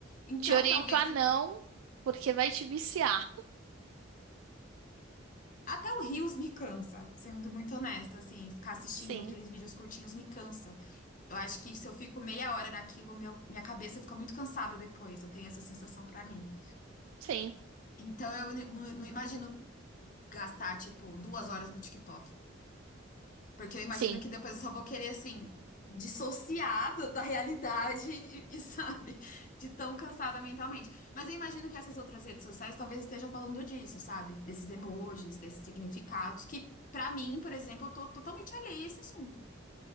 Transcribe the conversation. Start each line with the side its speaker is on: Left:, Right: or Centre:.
Left: Então,
Right: Te oriento
Left: talvez
Right: a não, porque vai te viciar.
Left: até o Reels me cansa, sendo muito honesta, assim, ficar assistindo
Right: Sim,
Left: aqueles vídeos curtinhos me cansa. Eu acho que se eu fico meia hora naquilo, meu, minha cabeça fica muito cansada depois. Eu tenho essa sensação pra mim.
Right: sim,
Left: Então eu n- n- não imagino gastar, tipo, duas horas no TikTok. Porque eu imagino
Right: sim.
Left: que depois eu só vou querer, assim, dissociado da realidade e, e, sabe, de tão cansada mentalmente. Mas eu imagino que essas outras redes sociais talvez esteja falando disso, sabe? Desses emojis, desses significados, que pra mim, por exemplo, eu tô totalmente alheia a esse assunto.